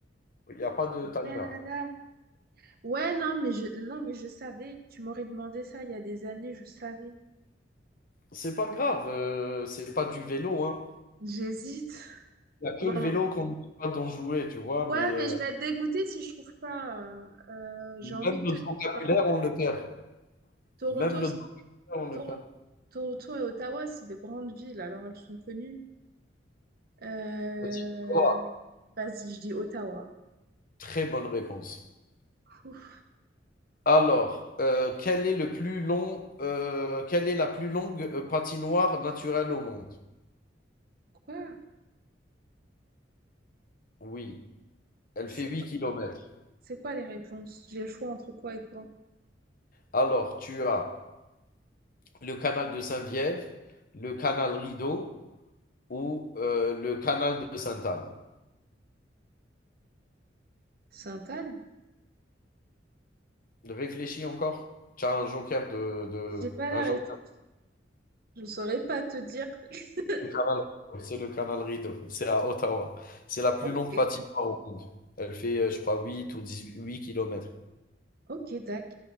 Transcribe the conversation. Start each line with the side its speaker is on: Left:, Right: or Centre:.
Left: Il n'y a pas de
Right: Du
Left: timer.
Right: Canada. Ouais, non, mais je, non, mais je savais. Tu m'aurais demandé ça il y a des années, je savais.
Left: C'est pas grave, euh, c'est pas du vélo, hein.
Right: J'hésite.
Left: Il n'y a
Right: Bon,
Left: que le vélo qu'on n'oublie pas d'en jouer, tu vois,
Right: Ouais,
Left: mais
Right: mais
Left: heu,
Right: je vais être dégoûtée si je trouve pas. euh, euh, j'ai
Left: même
Right: envie de
Left: notre
Right: te dire,
Left: vocabulaire,
Right: euh,
Left: on le perd.
Right: Toronto,
Left: Même notre
Right: c'est-
Left: vocabulaire, on
Right: Toro-
Left: le perd.
Right: Toronto et Ottawa, c'est des grandes villes, alors elles sont connues. Euh,
Left: Vas-y, au revoir.
Right: vas-y, je dis Ottawa.
Left: très bonne réponse.
Right: Ouf,
Left: Alors, heu, quel est le plus long, heu, quelle est la plus longue, heu, patinoire naturelle au monde?
Right: quoi?
Left: Oui, elle
Right: C'est
Left: fait huit
Right: quoi?
Left: kilomètres
Right: C'est quoi les réponses? J'ai le choix entre quoi et quoi?
Left: Alors, tu as le canal de Saint-Viève, le canal Rideau ou heu, le canal de Sainte-Anne?
Right: Sainte-Anne?
Left: Réfléchis encore. Tu as un joker de, de-
Right: J'ai pas la
Left: un joker
Right: réponse. Je ne saurais pas te dire. <laughs>
Left: de canal Rideau. C'est le canal Rideau. C'est à Ottawa. C'est la plus
Right: Ok,
Left: longue patinoire au monde. Elle fait, euh, je crois, 8 ou 18 kilomètres.
Right: ok, Dac.